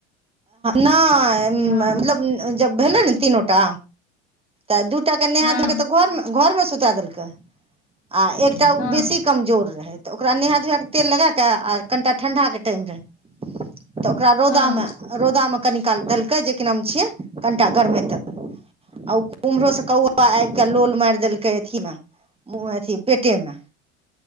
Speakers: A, on the right; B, on the left.
A: नहि
B: हँ
A: मतलब जब भेलै ने तीनो टा तऽ दूटा के नहा
B: हँ
A: धेलकै तऽ घोर घो में सुता देलकै। आ
B: हँ
A: एकटा ओ
B: हँ
A: बेसी कमजोर रहथि। तऽ ओकरा नहा धोआ के तेल लगाकऽ आ कनिटा ठण्डा के टाइम रहै तऽ ओकरा रौदा
B: हँ
A: में रौदा में कनि काल देलकै जेक नाम छियै कनिटा गरमेत आ उम्हरो से कौआ आब के लोल मारि देलक अथी मे अथी पेटे में